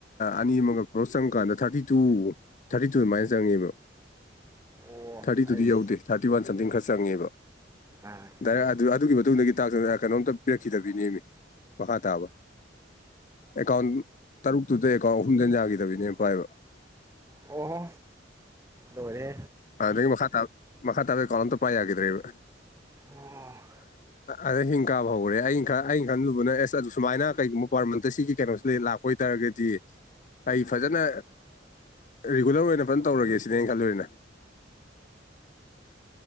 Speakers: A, on the left; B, on the right.
A: ꯑꯅꯤ ꯑꯃꯒꯛ ꯀ꯭ꯂꯣꯁ ꯆꯪꯉ ꯀꯥꯟꯗ ꯊꯥꯔꯇꯤ ꯇꯨ ꯊꯥꯔꯇꯤ ꯇꯨ ꯑꯗꯨꯃꯥꯏꯅ ꯆꯪꯉꯦꯕ
B: ꯑꯣ
A: ꯊꯥꯔꯇꯤ
B: ꯑꯩꯁ
A: ꯇꯨꯗꯤ ꯌꯧꯗꯦ ꯊꯥꯔꯇꯤ ꯋꯥꯟ ꯁꯝꯊꯤꯡ ꯈꯔ ꯆꯪꯉꯦꯕ
B: ꯑꯥ
A: ꯗꯥꯏꯔꯦꯛ ꯑꯗꯨꯒꯤ ꯃꯇꯨꯡꯗꯒꯤ ꯇꯥꯛ ꯀꯩꯅꯣꯝꯇ ꯄꯤꯔꯛꯈꯤꯗꯕꯤꯅꯦꯦꯝꯃꯤ ꯃꯈꯥ ꯇꯥꯕ ꯑꯦꯀꯥꯎꯟ ꯇꯔꯨꯛꯇꯨꯗ ꯑꯦꯀꯥꯎꯟ ꯑꯍꯨꯝꯗ ꯌꯥꯈꯤꯗꯕꯤꯅꯦ ꯄꯥꯏꯕ
B: ꯑꯣꯍꯣ ꯂꯣꯏꯔꯦ
A: ꯑꯗꯨꯗ ꯃꯈꯥ ꯇꯥ ꯃ ꯃꯈꯥ ꯇꯕꯦ ꯀꯂꯟ ꯇ ꯄꯥꯏ ꯍꯥꯏꯒꯗ꯭ꯔꯔꯤ ꯏ
B: ꯑꯣ
A: ꯑꯗ ꯍꯤꯡ ꯀꯥꯕ ꯍꯧꯈ꯭ꯔꯦ ꯑ ꯑꯩꯅ ꯈꯟꯂꯨꯕꯅ ꯑꯦꯁ ꯑꯗꯨ ꯁꯨꯃꯥꯏꯅ ꯀꯩꯒꯨꯝꯕ ꯄꯔ ꯃꯟꯇ ꯁꯤꯒꯤ ꯀꯩꯅꯣꯁꯦ ꯂꯥꯛꯄ ꯑꯣꯏꯇꯥꯥꯔꯒꯗꯤ ꯑꯩ ꯐꯖꯅ ꯔꯤꯒꯨꯂꯔ ꯑꯣꯏꯅ ꯐꯖꯅ ꯇꯧꯔꯒꯦ ꯁꯤꯅꯦꯩꯅ ꯈꯜꯂꯨꯔꯔꯤꯅꯦ <unintelligible>